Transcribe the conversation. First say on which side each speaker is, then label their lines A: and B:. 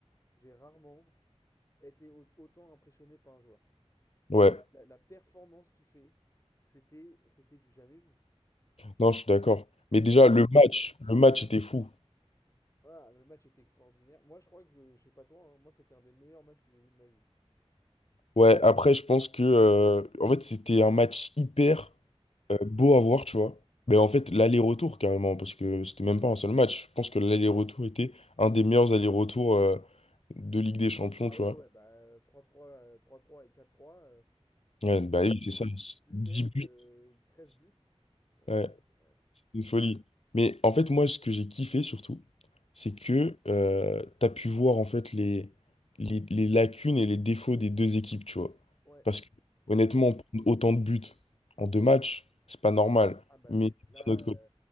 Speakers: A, on the left; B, on the left.
A: j'ai rarement été au- autant impressionné par un joueur.
B: Ouais,
A: La, la- la performance qu'il fait, c'était, c'était du jamais vu.
B: non, je suis d'accord. Mais
A: Mais
B: déjà,
A: c'était-
B: le match, le match était fou.
A: voilà, le match était extraordinaire. Moi, je crois que, je sais pas toi, hein, moi, c'était un des meilleurs matchs que j'ai vu de ma vie.
B: Ouais, après, je pense que, euh, en fait, c'était un match hyper euh, beau à voir, tu vois. Mais en fait, l'aller-retour, carrément, parce que c'était même pas un seul match. Je pense que l'aller-retour était un des meilleurs allers-retours euh, de Ligue des Champions,
A: Ah
B: tu
A: ouais,
B: vois.
A: ouais, bah euh, trois trois euh, 3-3 et quatre trois euh, ça
B: Ouais,
A: fait
B: bah
A: quoi?
B: oui,
A: Ça
B: c'est ça.
A: fait 6 plus
B: dix
A: sept
B: buts.
A: euh, 13 buts.
B: <laughs>
A: Ouais,
B: Ouais.
A: c'est- euh,
B: Une folie. Mais en fait, moi, ce que j'ai kiffé surtout, c'est que euh, t'as pu voir en fait les, les, les lacunes et les défauts des deux équipes, tu vois.
A: ouais,
B: Parce que honnêtement,
A: ouais.
B: prendre autant de buts en deux matchs, c'est pas normal.
A: Ah bah
B: Mais
A: oui, là.
B: d'un autre côté,